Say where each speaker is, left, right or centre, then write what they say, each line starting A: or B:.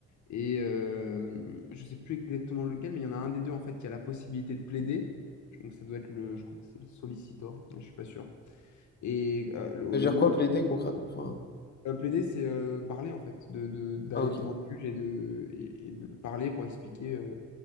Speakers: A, on the left; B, on the left.
A: Et euh, je sais plus exactement lequel, mais il y en a un des deux en fait qui a la possibilité de plaider. Donc ça doit être le, je crois que c'est le sollicitor, mais je suis pas sûr. Et euh, l'autre
B: Ça veut dire quoi plaider concrètement? Enfin,
A: Euh, plaider, c'est euh, parler en fait, de, de- d'aller
B: ah ok,
A: devant le juge et de, et, et de parler pour expliquer euh,